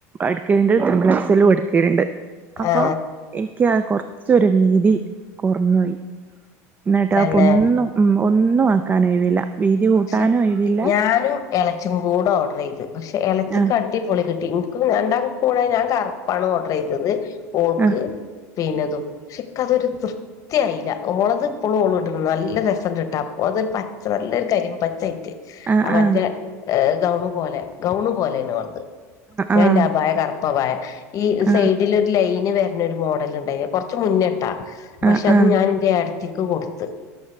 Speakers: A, on the right; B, on the left.
A: എടുക്കലിണ്ട് തൃബിൾ എക്സലും എടക്കലിണ്ട് അപ്പോ
B: ആ
A: കുറച്ചൊരു വീതി കുറഞ്ഞുപോയി ന്നിട്ടോപ്പൊന്നും
B: തന്നെ
A: ഉം ഒന്നും ആക്കാൻ ഒഴിവില്ല വീതി കൂട്ടാനും
B: പക്ഷെ
A: ഒഴിവില്ല
B: ഞാനും എളച്ചിം കൂടെ ഓർഡർ ചെയ്ത് പക്ഷെ എളച്ചിക്ക്
A: ആഹ്
B: അടിപൊളി കിട്ടി ന്ക് രണ്ടാക്കുംകൂടെ ഞാൻ കറുപ്പാണ് ഓർഡർ ചെയ്തത് ഓൾക്ക്
A: ആഹ്
B: പിന്നതും പക്ഷെ ഇന്ക് അതൊരു തൃപ്തിയായില്ല ഓളത് ഇപ്പോളും ഓളിടിണ്ട് നല്ല രസണ്ട് ഇട്ടാൽ ഓൾതൊരു പച്ച നല്ലൊരു കരിമ്പച്ചയിട്ട്
A: ആഹ്
B: ആ മറ്റേഹ്
A: ആഹ്
B: ഗൗണു പോലെ ഗൗൺ പോലെയാണ് ഓളത് ഞാൻന്റെ
A: ആഹ്
B: അഭായ കറുപ്പഭായ ഈ
A: ആഹ്
B: സൈഡിലൊരു ലൈൻ ലൈൻ വരണ ഒരു മോഡൽ ഇണ്ട് കൊറച്ച് മുന്നേട്ടാ പക്ഷെ
A: ആഹ് ആഹ്
B: അത് ഞാൻ ന്റെ ഏടത്തിക്ക് കൊടുത്ത്